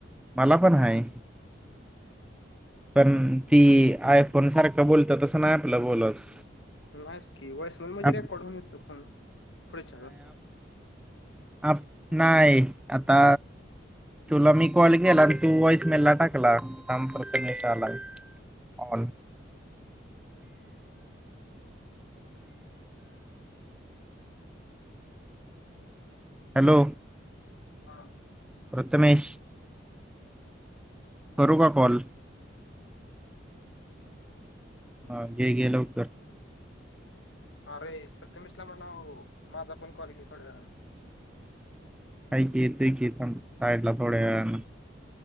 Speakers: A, in the centre; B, on the left.
A: मला पण आहे. पण ती आयफोन सारखं बोलत तसं नाही आपलं बोलत
B: नाहीच की वॉईस म म्हणजे
A: आप-
B: रेकॉर्ड होऊन येतं फोन पुढच्याचा
A: अ नाही आता तुला मी कॉल केला तू वॉईस मेला टाकला थांब प्रथमेशचा आला आता कॉल हॅलो
B: हा
A: प्रथमेश करू का कॉल? हा घे घे लवकर
B: अरे प्रथमेशला म्हणाव माझा पण कॉल घे थोड्या वेळान
A: थोड्या वेळानी